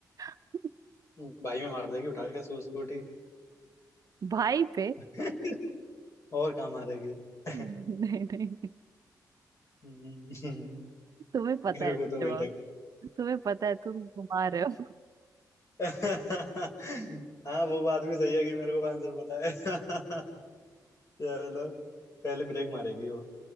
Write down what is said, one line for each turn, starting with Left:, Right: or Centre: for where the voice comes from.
Right: <laughs>
Left: हम्म, भाई में मार देगी उठा के सूस स्कूटी
Right: भाई पे
Left: <laughs> और कहाँ मारेगी <laughs>
Right: नहीं नहीं
Left: हम्म,
Right: तुम्हें पता
Left: मेरे
Right: है इसका
Left: को तो वही
Right: जवाब
Left: लग
Right: तुम्हें पता है तुम घुमा रहे हो
Left: <laughs> हाँ वो बात भी सही है कि मेरे को आंसर पता है <laughs> चलो पहले ब्रेक मारेगी वो